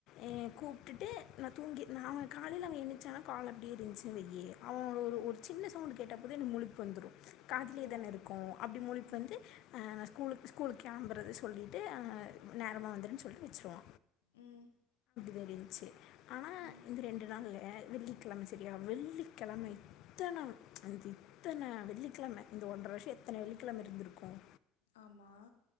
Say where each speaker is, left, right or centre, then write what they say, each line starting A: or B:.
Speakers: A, on the left (about 65°); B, on the left (about 85°).
A: எ கூப்ட்டுட்டு நா தூங்கி நா அவன காலையில அவன் எணுச்சனா கால் அப்டி இருந்துச்சின் வெயி அவ் ஓட ஒர்
B: ம்
A: ஒரு சின்ன சவுண்ட் கேட்டா கூட எனக்கு முழிப்பு வந்துரும் காதுலயே
B: ஓ
A: தானே இருக்கும் அப்டி முழிப்பு
B: ம்
A: வந்து அ நா குலுக்கு ஸ்கூலுக்கு கெளம்பறது சொல்லிட்டு அ நேரமா வந்துருனு சொல்ட்டு வச்சுருவோ
B: ம்
A: தெரிஞ்சு ஆனா
B: ம்
A: இந்த ரெண்டு நாள்ல வெள்ளிக்கெழம சரியா வெள்ளிக்கெழம இத்தன அந்த இத்தன வெள்ளிக்கெழம இந்த ஒன்ற வருஷொ எத்தன வெள்ளிக்கெழம இருந்துருக்கும்
B: ஆமா